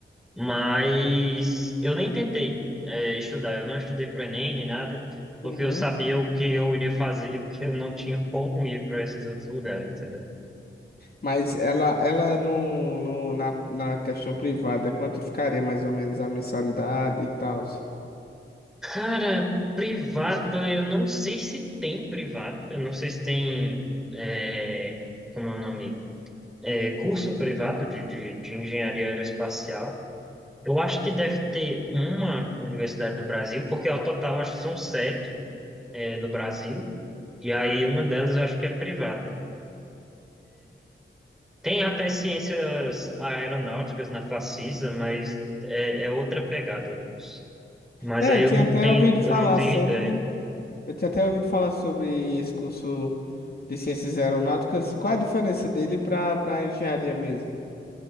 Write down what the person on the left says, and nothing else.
Uhum.
Mas ela, ela no, no, na, na questão privada, quanto ficaria mais ou menos a mensalidade e tal?
É,
eu
tinha
até
ouvido
falar
sobre.
Eu tinha até ouvido falar sobre esse curso de ciências aeronáuticas. Qual a diferença dele para para engenharia mesmo?